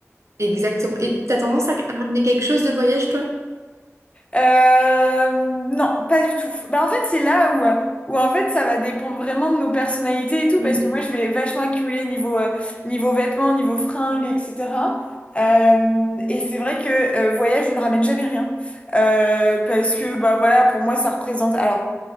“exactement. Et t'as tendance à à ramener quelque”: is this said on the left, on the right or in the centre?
Right